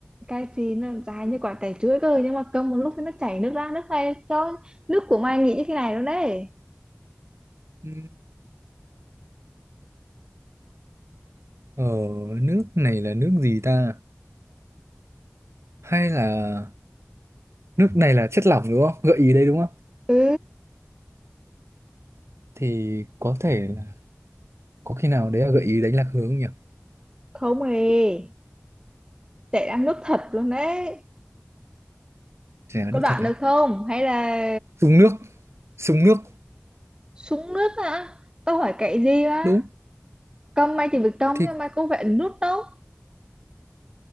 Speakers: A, on the right; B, on the right.
A: Cái gì nó dài như quả trái chuối cơ nhưng mà cầm một lúc thì nó chảy nước ra, nước này cho nước của mày nghĩ như thế này luôn đấy.
B: Ừm, Ờ nước này là nước gì ta? Hay là nước này là chất lỏng đúng không? Gợi ý đây đúng không?
A: Ừ
B: Thì có thể là có khi nào đấy là gợi ý đánh lạc hướng nhỉ?
A: không hề chạy đang nước thật luôn đấy
B: Chả
A: có
B: nước
A: đoạn
B: thật
A: được
B: à?
A: không hay là
B: Súng nước, súng nước.
A: súng nước hả tao hỏi cậy gì á
B: Đúng
A: câm may thì việc trong
B: thì
A: nhưng mà có vẻ nước đâu